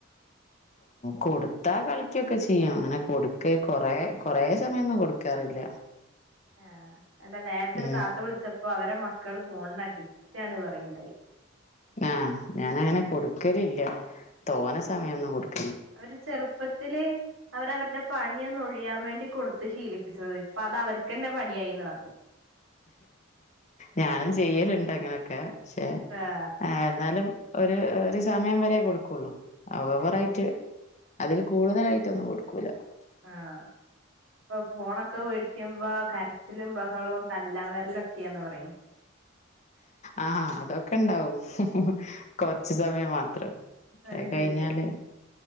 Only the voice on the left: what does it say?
കൊട്ത്താ കളിക്ക്യൊക്കെ ചെയ്യു അങ്ങനെ കൊട്ക്കൽ കൊറെ കൊറെ സമയൊന്നും കൊട്ക്കാറില്ല
ഉം
ആ ഞാൻ അങ്ങനെ കൊടുക്കലില്ല തോന്ന സമയമൊന്നും കൊടുകില്ല
ഞാനും ചെയ്യല്ണ്ട് അങ്ങനൊക്കെ ക്ഷേ
ഹെ എന്നാലും ഒരു ഒരു സമയം വരെ കൊടുക്കൊള്ളൂ ഓവറായിട്ട്
അതിൽ കൂടുതലായിട്ടൊന്നും കൊടുക്കൂല്ല
ആഹ് അതൊക്കെ ഉണ്ടാവും കൊർച്ച് സമയം മാത്രം
അയ്
കയ്ഞ്ഞാല്